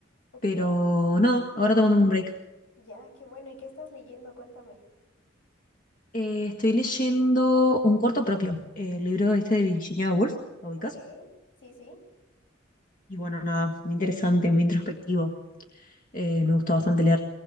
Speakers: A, on the left (about 80°); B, on the left (about 45°).
A: Ok.
B: Pero nada, ahora tomando un break.
A: Ya, qué bueno. ¿Y qué estás leyendo? Cuéntame.
B: Eh, estoy leyendo Un cuarto propio, el libro este de Virginia Woolf, ¿lo ubicas?
A: Ok. Sí, sí.
B: Y bueno, nada, muy interesante, muy introspectivo. Eh, me gustó bastante leer.